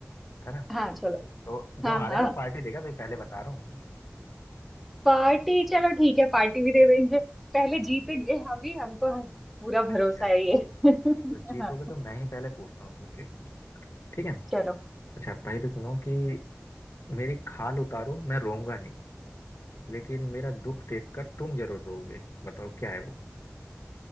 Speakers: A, on the left (about 80°); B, in the centre.
A: है ना
B: हाँ चलो
A: तो जो
B: हाँ
A: हारेगा
B: हाँ
A: वो पार्टी देगा भाई पहले बता रहा हूँ
B: पार्टी चलो ठीक है पार्टी भी दे देंगे पहले जीतेंगे हम ही हमको हम, पूरा
A: अच्छा
B: भरोसा है ये <laughs>
A: चलो जीतोगे
B: हाँ
A: तो मैं ही पहले पूछता हूँ तुमसे ठीक है
B: चलो
A: अच्छा पहले सुनो कि मेरी खाल उतारो मैं रोऊंगा नहीं लेकिन मेरा दुख देखकर तुम जरूर रोओगे बताओ क्या है वो